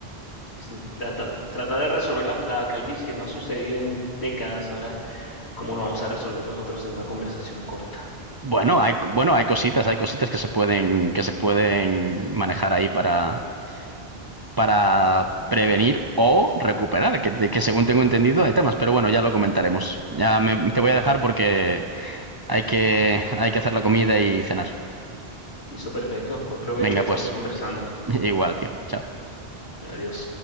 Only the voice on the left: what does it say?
Sí. Trata, tratar de resolver la, la calvicie no ha sucedido en décadas. Ahora, ¿cómo lo vamos a resolver nosotros en una conversación corta?
Listo, perfecto. Buen provecho.
Ahí estamos
conversando.
Adiós.